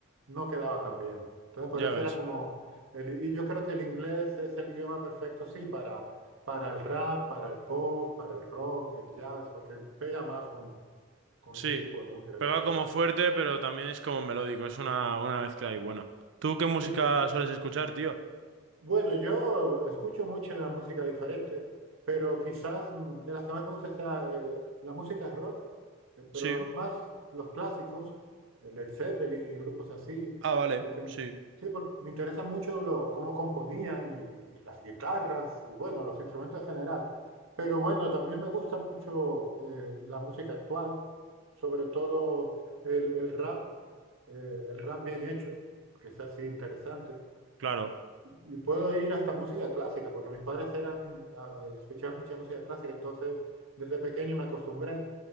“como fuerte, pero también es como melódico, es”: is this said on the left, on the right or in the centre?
Right